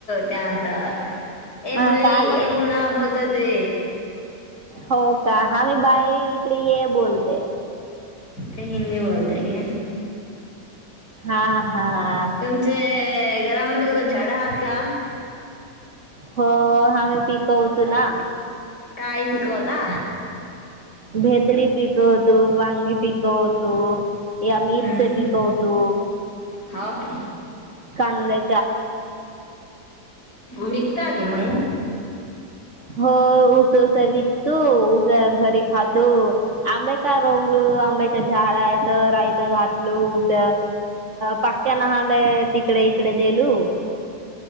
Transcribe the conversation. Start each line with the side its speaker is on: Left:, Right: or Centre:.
Left: त्या ता ए
Right: हा
Left: मुली,
Right: काय म्हणतो
Left: ए मुला बोलतेत. ते
Right: हो का? हा मी बाई इकडे ये बोलते.
Left: ते हिंदी बोलत घे
Right: हा. हा
Left: तुमचे घरामंदी कवा झाडं अहात का?
Right: हो हामी पीकऊतू ना.
Left: काय पिकवता?
Right: भेदडी पीकव तो, वांगी पिकवतो, या
Left: हम्म.
Right: मिरच्या पिकवतो.
Left: हो की
Right: कांदया
Left: विकता की मग
Right: हो ऊस विकतू, ऊस घरी खातो, आंबे का रवलू आंब्याच्या झाडं आहेत. राय घाटलूस. पाक्यानहाले तिकडे. तिकडे देलू.